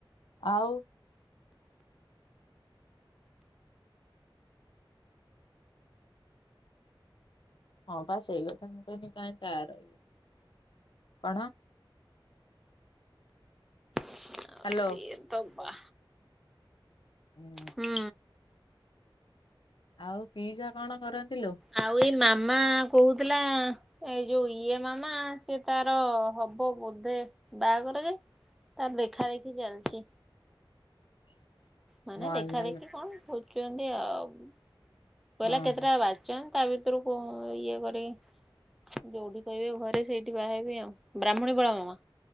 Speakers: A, on the left; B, in the centre.
A: ଆଉ। ହଁ ବା ସେଇ କଥା ମୁଁ କହିଲି କାହିଁ ତାର ଇଏ କଣ?
B: ଅଉ
A: ହ୍ୟାଲୋ
B: ସିଏତ ବା
A: ଉଁ।
B: ହୁଁ
A: ଆଉ ପିଇସା କଣ କରନ୍ତି ଲୋ।
B: ଆଉ ଏଇ ମାମା କହୁଥିଲା ଏ ଯୋଉ ଇଏ ମାମା। ସିଏ ତାର ହବ ବୋଧେ ବାହାଘର ଯେ ତାର ଦେଖା ଦେଖି ଚାଲିଚି।
A: <unintelligible>
B: ମାନେ
A: ମଲାଲୋ
B: ଦେଖା ଦେଖି କଣ ଖୋଜୁଛନ୍ତି ଆଉ କହିଲା
A: ଓହୋ
B: କେତେଟା ବା ଚନ୍ତି ତା ଭିତରୁ କୋ ଇଏ କରିକି। ଯୋଉଠି କହିବେ ଘରେ ସେଇଠି ବାହାହେବି ଆଉ ବ୍ରାହ୍ମଣୀ ବଳା ମାମା।